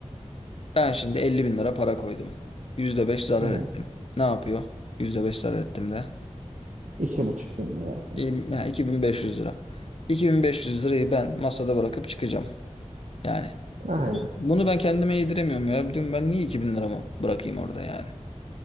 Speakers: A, on the left; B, on the right.
A: Ben şimdi 50 bin lira para koydum. %5 zarar
B: Hı.
A: ettim. Ne yapıyor? %5 zarar ettim de.
B: İki buçuk bin lira yapıyor.
A: İyiyim, Yani 2500 lira. 2500 lirayı ben masada bırakıp çıkacağım. Yani
B: Aynen.
A: bunu ben kendime yediremiyorum ya. Diyorum ben niye 2000 liramı bırakayım orada yani.